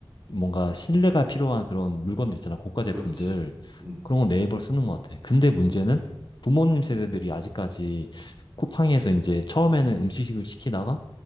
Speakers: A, on the left (about 55°); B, in the centre.
A: 뭔가 신뢰가 필요한 그런 물건들 있잖아. 고가 제품들.
B: 그렇지. 음,
A: 그런 건 네이버를 쓰는 것 같아. 근데 문제는
B: 음,
A: 부모님 세대들이 아직까지 쿠팡에서 이제 처음에는 음식을 시키다가,